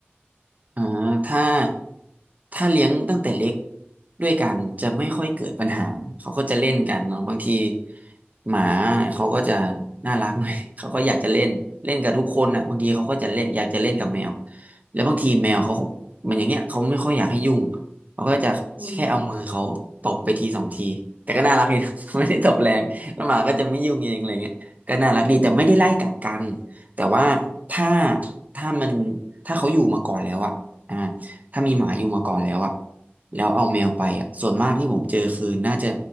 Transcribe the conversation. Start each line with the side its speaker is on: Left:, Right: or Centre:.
Right: อ่าถ้าถ้าเลี้ยงตั้งแต่เล็กด้วยกันจะไม่ค่อยเกิดปัญหาเขาก็จะเล่นกันเนาะบางทีหมาเขาก็จะน่ารักหน่อย <laughs> เขาก็อยากจะเล่นเล่นกับทุกคนอ่ะบางทีเขาก็จะเล่นอยากจะเล่นกับแมวแล้วบางทีแมวเขามันอย่างเงี้ยเขาไม่ค่อยอยากให้ยุ่งเขาก็จะแค่เอามือเขาตบไปทีสองทีแต่ก็น่ารักดีนะ
Left: อืม
Right: <laughs> ไม่ได้ตบแรงแล้วหมาก็จะไม่ยุ่งเองอะไรเงี้ยก็น่ารักดีแต่ไม่ได้ไล่กัดกันแต่ว่าถ้าถ้ามันถ้าเขาอยู่มาก่อนแล้วอะ อ่าถ้ามีหมาอยู่มาก่อนแล้วอ่ะแล้วเอาแมวไปอ่ะส่วนมากที่ผมเจอคือน่าจะ